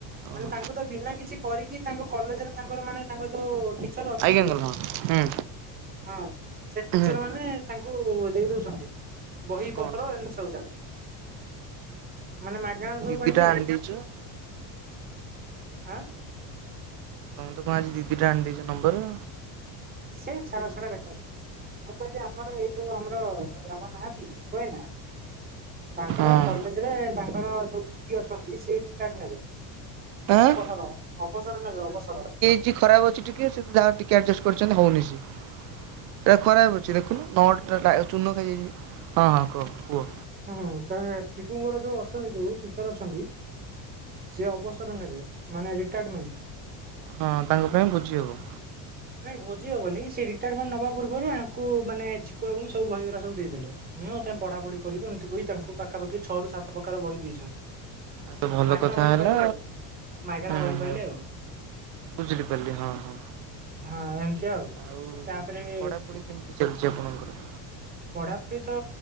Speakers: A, on the right (about 20°); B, on the right (about 50°).
A: ମାନେ
B: ଓହୋ
A: ତାଙ୍କୁ ତ ବିନା କିଛି କରିକି ତାଙ୍କ କଲେଜରେ ତାଙ୍କର ମାନେ ତାଙ୍କ ଯୋଉ ଟିଚର ଅଛନ୍ତି
B: ଆଜ୍ଞା ହଁ ହୁଁ।
A: ହଁ, ସେ ଟିଚର
B: ହୁଁ
A: ମାନେ ତାଙ୍କୁ ଦେଇ ଦଉଛନ୍ତି। ବହିପତ୍ର
B: କଣ
A: ଏମିତି ସବୁ ଯାକ ମାନେ ମାଗଣା ସବୁ।
B: ଦିଟା
A: ପାଇଲେ ଆଉ
B: ଆଣିଦେଇଛୁ।
A: ହାଁ।
B: ତମେ ତ କଣ ଆଜି ଦିଦିଟା ଆଣି ଦେଇଛି ନମ୍ବର।
A: ସେଇ ଛାଡ ସେଟା ବେକାର। ମୁଁ କହିଲି ଆମର ଏଇ ଯୋଉ ଆମର, ଆମର ନାହାଁକି ଚିକୁ ଭାଇ ନା ତାଙ୍କର
B: ହଁ ଆଁ।
A: କଲେଜରେ ତାଙ୍କର ଯୋଉ ଦିଦି ଅଛନ୍ତି, ସିଏ ରିଟାର୍ଡ ନେବେ।
B: ଆଉ
A: ଅବସର, ଅବସର ନେବେ, ଅବସର।
B: କିଛି ଖରାପ ଅଛି ଟିକେ ସେ ଯାହା ଟିକେ ଆଡଜଷ୍ଟ କରିଛନ୍ତି ହଉନି ସେ ସେଇଟା ଖରାପ ଅଛି। ଦେଖୁନୁ ନଟ ଟା ଚୂର୍ଣ୍ଣ ଖାଇଯାଇଛି। ହଁ ହଁ କୁହ କୁହ।
A: ହଁ ଚିକୁଙ୍କର ଯୋଉ ଅଛନ୍ତି। ଯୋଉ ଟିଚର ଅଛନ୍ତି ସେ ଅବ ସର ନେବେ। ମାନେ ରିଟାର୍ଡମେଣ୍ଟ।
B: ହଁ ତାଙ୍କ ପାଇଁ ବୁଝି ହବ।
A: ନାଇଁ ବୁଝି ହବନି। ସେ ରିଟାୟାରମେଣ୍ଟ ନବା ପୂର୍ବରୁ ୟାଙ୍କୁ ମାନେ ଚିକୁବାବୁଙ୍କୁ ସବୁ ବହିଗୁରା ସବୁ ଦେଇଦେଲେ। ନିଅ ତମେ ପଢାପଢି କରିବଏମିତି କହି, ତାଙ୍କୁ ପାଖାପାଖି ଛଅ ରୁ ସାତ ପ୍ରକାର ବହି ଦେଇଛନ୍ତି।
B: ଆଉ ତ ଭଲ
A: ମାଗଣା
B: କଥା
A: ବହି
B: ହେଲା
A: ପାଇଲେ ଆଉ, ମାଗଣା
B: ହୁଁ
A: ବହି
B: ହୁଁ
A: ପାଇଲେ ଆଉ।
B: ବୁଝିଲି ପାରିଲି ହଁ ହଁ,
A: ହଁ ଏମିତି
B: ଆଉ
A: ତାପରେ
B: ପଢାପଢି କେମତି? କି ଚାଲିଛି ଆପଣଙ୍କର?
A: ପଢାପଢି ତ